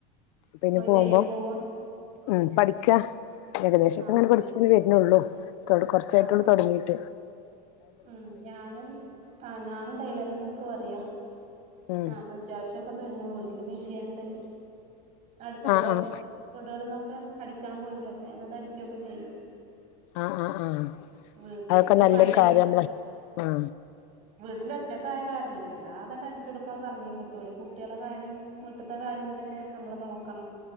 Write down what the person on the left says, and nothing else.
പിന്നെ
പോകുമ്പോം
ഉ പഠി ക്ക ഏകദേശൊക്കെ
അങ്ങനെ പഠിച്ച
വരുന്നുള്ളൂ കുറച്ചായിട്ടുള്ള
തൊടങ്ങിട്ട്
ഉം
ആഹ് ആഹ്
ആ ആഹ്
ആഹഅതൊക്കെ നല്ലൊരു
കാര്യാണ് <unintelligible> ആ